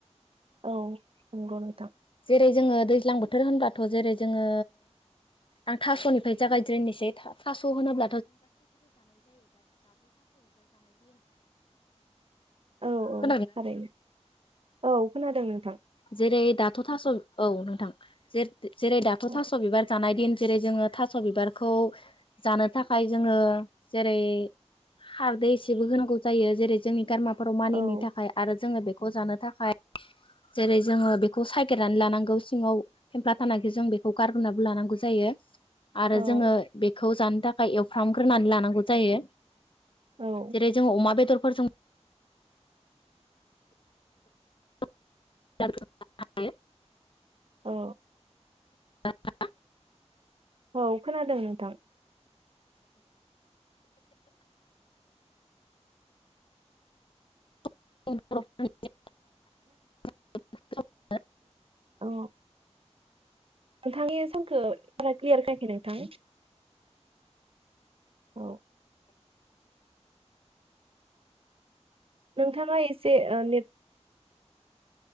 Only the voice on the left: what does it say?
जो दै दैज्लां बोथोर होनबाथ' जेरै जोङो आं थास'निफ्राय जागायज्रनोसै थ सास होन ग
ख
नोंथ ज दाथ' थास' औ नोंथां जे जेरै दाथ'
थास' बिबार जानाय दिन जेरै जोङो थास' बिबारखौ जानो थाखाय जोङो जेरै हारदै एसेबो होनांगौ जायो जेरै जोंनि गारमा फोराव मानिनि
थाखाय आरो जोङो बे खौ जानो थाखाय जेरै जोङो बेखौ सगेरनानै लानांगौ सिङाव फेमफ्ला थानाखि जों बेखौ गारग्रोनानैो लानांगौ जायो आरो
जोङो बे खौ जानो थाखाय एवफ्रामग्रोनानै लानांगौ जायो
जेरै जों अमा बेदर फोरजों <inaudible>
दा
<unintelligible> द <unintelligible>